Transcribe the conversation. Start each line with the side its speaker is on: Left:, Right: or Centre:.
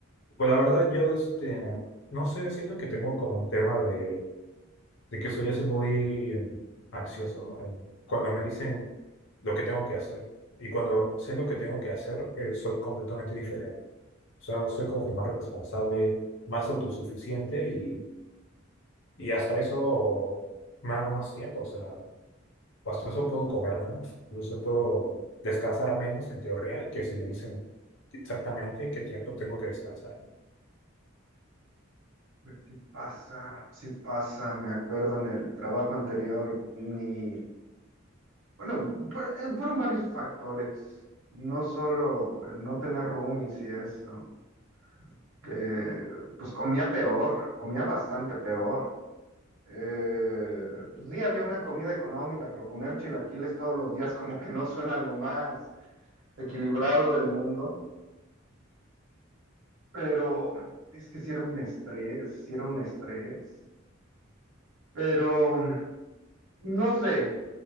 Left: Pues la verdad, yo, este, no sé, siento que tengo como un tema de, de que soy así muy eh, ansioso en- cuando me dicen lo que tengo que hacer. Y cuando sé lo que tengo que hacer, eh, soy completamente diferente. O sea, soy como que más responsable, más autosuficiente y Y hasta eso me hago más tiempo, o sea, hasta eso puedo comer menos, incluso puedo descansar menos en teoría que si me dicen exactamente qué tiempo tengo que descansar.
Right: Pues sí pasa, sí pasa, me acuerdo en el trabajo anterior, ni, bueno, fue- eh, fueron varios factores, no solo el no tener roomies y eso, que pues comía peor, comía bastante peor. Eh, pues sí, había una comida económica, pero comer chilaquiles todos los días como que no suena lo más equilibrado del mundo, pero es que sí era un estrés, sí era un estrés, pero... No sé,